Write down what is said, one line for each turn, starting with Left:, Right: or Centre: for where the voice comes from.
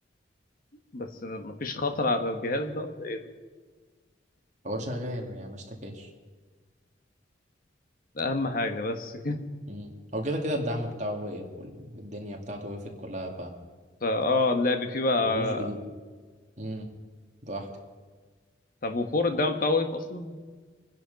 Left: بس مفيش خطر على الجهاز ده ولا ايه
Right: هو شغال يعني ما اشتكاش
Left: ده اهم حاجه بس <laughs>
Right: مم. هو كده كده الدعم بتاعه وقف والدنيا بتاعته وقفت كلها
Left: اه اللعب فيه بقى
Right: فملوش جديد امم لوحده
Left: طب وفور الدعم بتاعه وقف اصلا